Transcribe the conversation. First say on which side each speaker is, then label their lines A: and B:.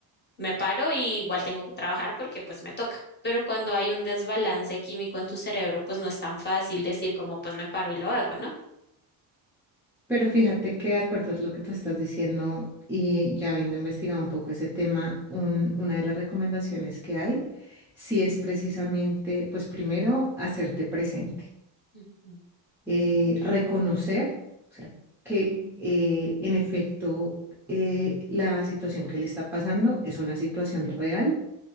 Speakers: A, on the left; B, in the centre.
A: me paro y igual tengo que trabajar porque pues me toca. Pero cuando hay un desbalance químico en tu cerebro, pues no es tan fácil decir como pues me paro y lo hago, ¿no?
B: Pero fíjate que de acuerdo a lo que tú estás diciendo y ya habiendo investigado un poco ese tema, un- una de las recomendaciones que hay, sí es precisamente, pues primero, hacerte presente.
A: Ujú.
B: eh, reconocer, o sea, que eh, en efecto eh, la situación que le está pasando es una situación real